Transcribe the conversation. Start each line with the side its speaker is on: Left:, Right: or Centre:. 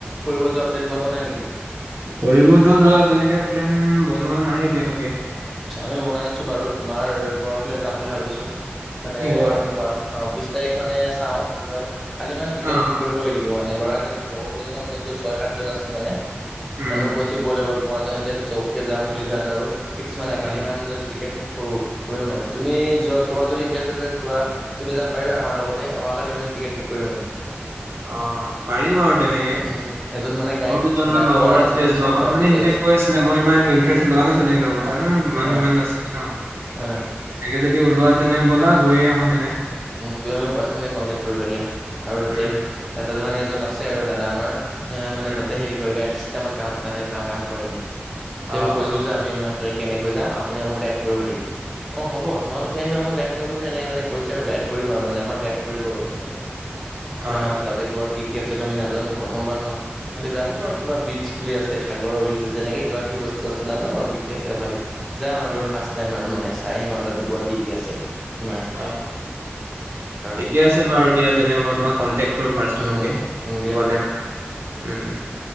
Centre: ফুৰিব যোৱা প্লেন বনোৱা নাই নেকি?
Right: ফুৰিবতো যোৱা তেনেকে প্লেন বনোৱা নাই এতিয়ালৈকে।
Centre: আচ্ছা, আমি বনাই আছোঁ বাৰু। তোমাৰ গোৱাফালে যাম বুলি ভাবিছোঁ, মানে
Right: গোৱা
Centre: তোমাৰ অ', বিশ তাৰিখ মানে চাও কি হয় কালি ইমান টিকেট
Right: অ',
Centre: বুক কৰিব লাগিব মানে ল'ৰাকে লগৰ কেইজনক কৈছো, ছয় সাতজন আছে মানে
Right: উম,
Centre: সিহঁতক কৈছো। টো বল এবাৰ গোৱা যাও সিহঁনতে কৈছে অকে যাম বুলি ডান আৰু, ফিক্স মানে কালি
Right: উম,
Centre: মান যদি টিকেট বুক কৰো কৰিম মানে, তুমি যোৱা তোমাৰ যদি ইণ্টাৰেষ্ট আছে ফুৰা তুমি যাব পাৰিবা আমাৰ লগতে, অহা কালি মানে টিকেট বুক কৰিম মানে।
Right: অ', পাৰি বাৰু তেনেকে,
Centre: উম এজন মানে গাইড
Right: মোৰ দুজনমান
Centre: গাইড
Right: লগৰ
Centre: কৰা এজন
Right: আছে
Centre: আমি
Right: যোৱা
Centre: চিনি পাওঁ
Right: কথা মানে
Centre: তাতে
Right: সিহঁনতে কৈ আছে। আ মই ইমান ইন্টাৰেষ্ট লোৱা নাছিলো ইহঁনতৰ কথা, মানুহ
Centre: অ
Right: ইমান নাছিলি নহ।
Centre: অ
Right: ঠিকে যদি ওলোৱা তেনে ব'লা গৈয়ে আহো তেনে।
Centre: তুমি মোৰ পাৰ্চনকে কণ্টেক্ট কৰিবা দিয়া, আৰু তাতে
Right: উম,
Centre: তাতে মানে এজন আছে আৰু দাদা আমাৰ, সেই মানে
Right: উম,
Centre: তাতে হেৰি কৰে গাইড ছিষ্টেমত কাম তাতে কাম কৰে মানে, তেওঁ
Right: অ',
Centre: কৈছো
Right: অ',
Centre: যে আমি ইমান তাৰিখ কেনেকৈ যাম আপুনি আমাক গাইড কৰিব লাগিব, অ' হ'ব তোমালোকে আহিবা মই গাইড নকৰিম নে এনেকে মানে কৈছে আৰু গাইড কৰিম আৰু মানে আমাক গাইড কৰিব, আৰু সি মানে ধৰা
Right: অ',
Centre: তাতে ক'ত কি ঠিক আছে, ত' আমি নাজানো প্ৰথমবাৰ যাম। তাতে জানো
Right: উম,
Centre: আৰু কিবা বীটছ বুলি আছে, সাগৰৰ বীটছ আছে, এনেকে কিবা কিবি বস্তু আছে নাজানো আৰু কি কি আছে বালিত। যাম আৰু
Right: উম,
Centre: এবাৰ ফাৰ্ষ্ট টাইম আৰু মানে চাই আহিম আৰু তাত গোৱাত কি কি আছে তোমাৰ।
Right: অ'।
Centre: <inaudible>
Right: ঠিকে আছে বাৰু দিয়া তেনে মই তোমাক কণ্টেক্ট কৰিম পাৰ্চনেলকে,
Centre: উম উম
Right: গ'লে মানে। উম।